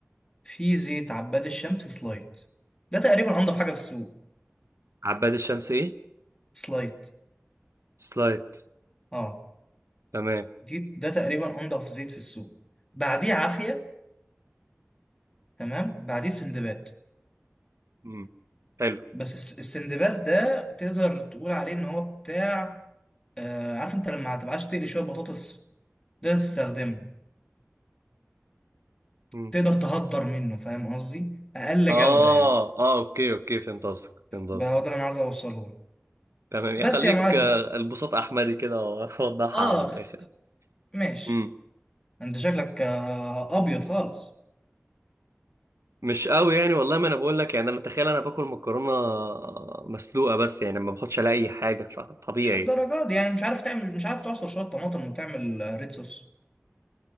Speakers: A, on the left; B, on the right.
A: في زيت عباد الشمس سلايت ده تقريبا انضف حاجه في السوق
B: عباد الشمس ايه
A: سلايت
B: سلايد
A: اه
B: تمام
A: دي ده تقريبا انضف زيت في السوق بعديه عافيه تمام بعديه سندباد
B: مم. حلو
A: بس الس- السندباد ده تقدر تقول عليه ان هو بتاع آه عارف انت لما هتبقاش تقلي شويه بطاطس تقدر تستخدمه
B: مم.
A: تقدر تهدر منه فاهم قصدي اقل
B: اه
A: جوده يعني
B: اه اوكي اوكي فهمت قصدك فهمت قصدك
A: بقى هو ده اللي انا عايز اوصله لك
B: تمام يخليك
A: بس يا معلم
B: آه، البساط احمدي كده واوضحها
A: اخ
B: <laughs> على الاخر
A: ماشي
B: مم.
A: انت شكلك آه ابيض خالص
B: مش قوي يعني والله ما انا بقول لك يعني انا تخيل انا باكل مكرونه مسلوقه بس يعني ما باخدش عليها اي حاجه فطبيعي
A: مش الدرجات دي يعني مش عارف تعمل مش عارف تعصر شوية طماطم وتعمل آه، ريد صوص